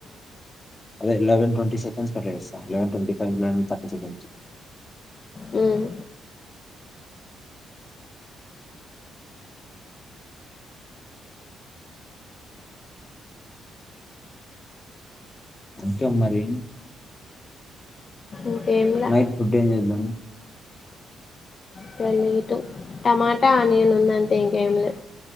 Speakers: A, on the left; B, on the left.
A: అదే లేవెన్ ట్వంటి సెకండ్స్ మళ్ళీ చేస్తా eleven twenty five minutes, thirty seconds
B: హమ్
A: అంతే మరి
B: ఇంకేంలా
A: నైట్ ఫుడ్ ఏం చేస్తాము
B: సరి మత టమాటా ఆనియన్ ఉందంతే ఇంకేం లే